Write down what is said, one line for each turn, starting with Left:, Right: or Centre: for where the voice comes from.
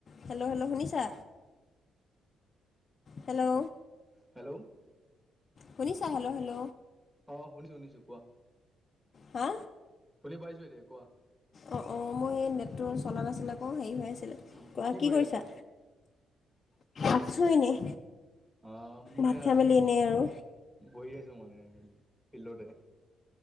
Left: হেল্ল' হেল্ল', শুনিছা, হেল্ল'।
Centre: হেল্ল'।
Left: শুনিছা, হেল্ল' হেল্ল'।
Centre: অ' শুনিছো শুনিছো, কোৱা।
Left: হা?
Centre: শুনি পাইছোঁ দিয়া, কোৱা।
Left: অ' অ' মই, এই নেটটো চলা নাছিলে আকৌ, হেৰি হৈ আছিলে,
Centre: অ
Left: কোৱা কি
Centre: কৰি
Left: কৰিছা?
Centre: আছা
Left: আছোঁ এনেই,
Centre: অ মই
Left: ভাত খাই মেলি এনেই আৰু।
Centre: বহি আছো মানে এনে, ফিল্ডতে।